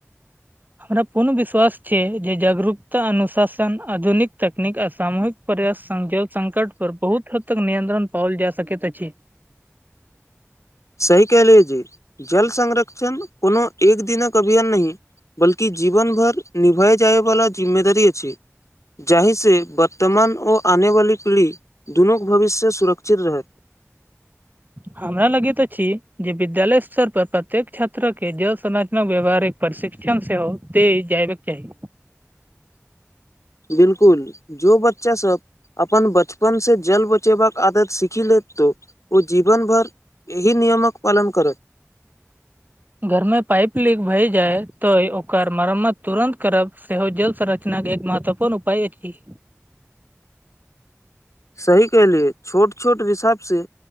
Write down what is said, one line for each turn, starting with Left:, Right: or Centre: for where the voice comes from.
Right: हमरा पूर्ण विश्वास छै जे जागरूकता अनुशासन आधुनिक तकनीक आ सामूहिक। पर्यास्त जल संकट पर बहुत हद तक नियंत्रण पाओल जा सकैत अछि।
Left: सही कलिय जे जल संरक्षण कोनो एक दिनक अभियान नहि। बल्कि जीवन भर निभए जायवालला जिम्मेदारी अछि जाहिसँ वर्तमान ओ आनेवाली पीढ़ी दुनूक भविष्यसँ सुरक्षित रहत
Right: हमरा लगेित छी जे विद्यालय स्तर पर प्रत्येक छात्रके जल संरचनक व्यवहारिक प्रशिक्षण सेहो तेल जयबाक चाही
Left: बिलकुल जो बच्चासभ अपन बचपनसँ जल बचेबाक आदत सीखि लेत तो ओ जीवन भर। इही नियमक पालन करत।
Right: घरमे पाइप लीक भए जाय तऽ ओकर मरम्मत तुरन्त करब सेहो जल संरचनाके एक महत्व। कोन उपाय छी।
Left: सही कहलियै छोट छोट हिसाब से।